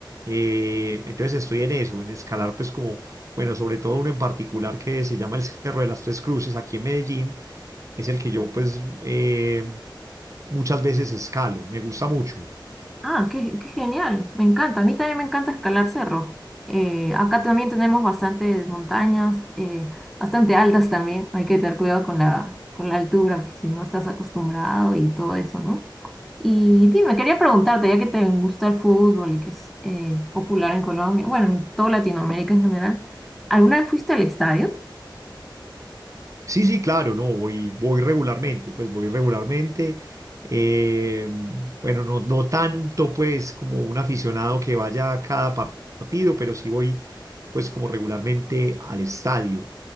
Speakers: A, on the right; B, in the centre.
A: eh, entonces estoy en eso, en escalar pues como, bueno, sobre todo uno en particular que se llama el Cerro de las Tres Cruces, aquí en Medellín, es el que yo pues eh, muchas veces escalo, me gusta mucho.
B: Ah, qué, qué genial, me encanta. A mí también me encanta escalar cerros. Eh, acá también tenemos bastantes montañas, eh, bastante altas también. Hay que tener cuidado con la, con la altura, por si no estás acostumbrado y todo eso, ¿no? Y dime, quería preguntarte, ya que te gusta el fútbol y que es eh, popular en Colombia, bueno, en toda Latinoamérica en general, ¿alguna vez fuiste al estadio?
A: Sí, sí, claro, no, voy, voy regularmente, pues voy regularmente. eh, bueno, no, no tanto pues como un aficionado que vaya a cada par- partido, pero sí voy pues como regularmente al estadio.